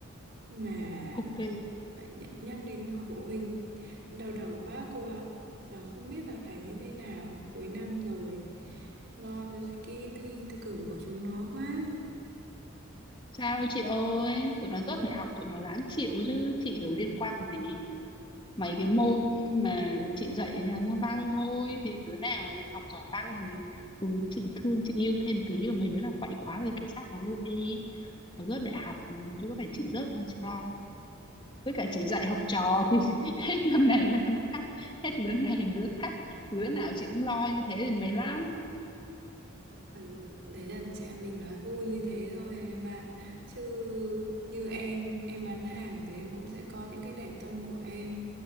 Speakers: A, on the right; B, on the left.
A: Nhưng mà
B: ok
A: lại nh- nhắc đến họp phụ huynh, đau đầu quá cô ạ. Giờ không biết là phải như thế nào, cuối năm rồi, lo cho cái thi, thi cử của chúng nó quá.
B: Sao đâu chị ơi, tụi nó rớt đại học tụi nó ráng chịu chứ, chị có liên quan gì. Mấy cái môn mà chị dạy thì là môn văn thôi, thì đứa nào học giỏi văn thì ừ, chị thương chị yêu thêm tí, và mấy đứa nào quậy quá thì kệ xác nó luôn đi. Nó rớt đại học chứ có phải chị rớt đâu mà chị lo. Với cả chị dạy học trò thì <laughs> hết năm này qua năm khác, hết đứa này đến đứa khác, đứa nào chị cũng lo như thế thì mệt lắm.
A: Ừ, Đấy là chị em mình nói vui như thế thôi em ạ. Chứ như em, em bán hàng thì em cũng sẽ có những cái để tâm của em.